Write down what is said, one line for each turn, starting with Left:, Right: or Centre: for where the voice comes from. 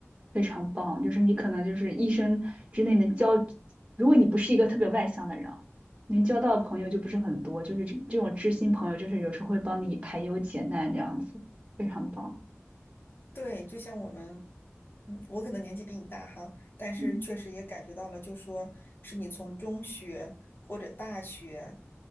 Right: 非常棒。就是你可能就是一生之内能交，如果你不是一个特别外向的人啊能交到的朋友就不是很多。就是这这种知心朋友，就是有时候会帮你排忧解难这样子，非常棒。
Left: 对，就像我们，嗯，我可能年纪比你大哈，但是确实也感觉到了，
Right: 嗯。
Left: 就说是你从中学或者大学